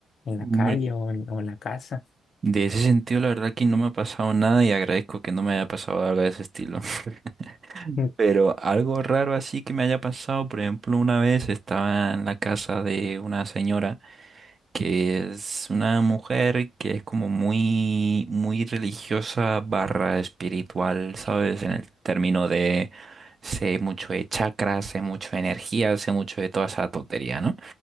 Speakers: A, on the left (about 55°); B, on the right (about 35°).
A: en
B: Hombre,
A: la calle o en, o en la casa.
B: de ese sentido la verdad que no me ha pasado nada y agradezco que no me haya pasado algo de ese estilo. <laughs>
A: <laughs>
B: Pero algo raro así que me haya pasado, por ejemplo, una vez estaba en la casa de una señora que es una mujer que es como muy, muy religiosa barra espiritual, ¿sabes? En el término de sé mucho de chakras, sé mucho de energía, sé mucho de toda esa tontería, ¿no?